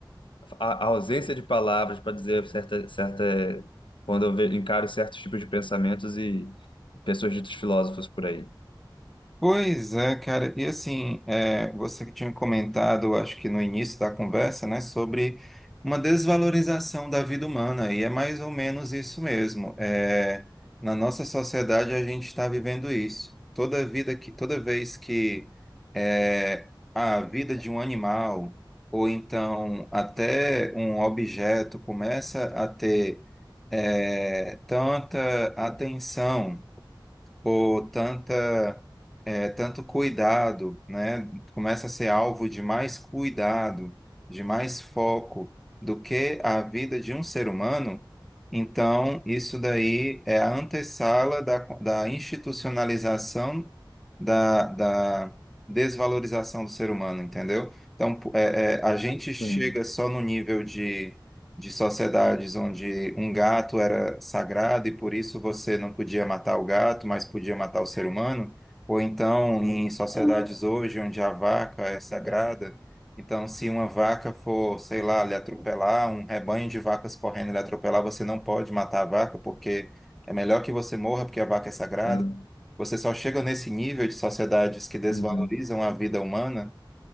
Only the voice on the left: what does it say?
a, a ausência de palavras para dizer certa, certa, quando eu ve- encaro certos tipos de pensamentos e pessoas ditas filósofos por aí.
Sim.
É.
Uhum.